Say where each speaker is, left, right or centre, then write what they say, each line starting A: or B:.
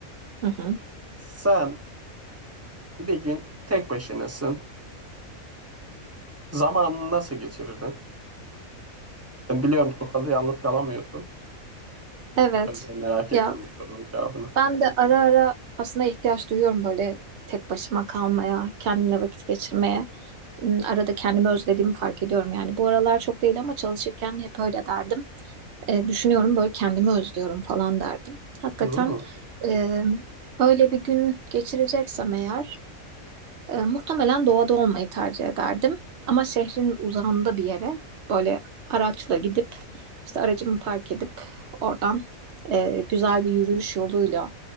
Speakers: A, on the right; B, on the right.
A: Hı hı.
B: Sen bir gün tek başınasın. Zamanını nasıl geçirirdin? Ben biliyorum çok fazla yalnız kalamıyorsun.
A: Evet.
B: O yüzden merak ettim
A: Ya
B: bu sorunun cevabını.
A: ben de ara ara aslında ihtiyaç duyuyorum böyle tek başıma kalmaya, kendimle vakit geçirmeye. Hmm, Arada kendimi özlediğimi fark ediyorum yani. Bu aralar çok değil ama çalışırken hep öyle derdim. E, düşünüyorum böyle kendimi özlüyorum falan derdim. Hakikaten
B: Hmm, Hı
A: e, öyle bir gün geçireceksem eğer E, muhtemelen doğada olmayı tercih ederdim. Ama şehrin uzağında bir yere böyle araçla gidip işte aracımı park edip oradan e, güzel bir yürüyüş yoluyla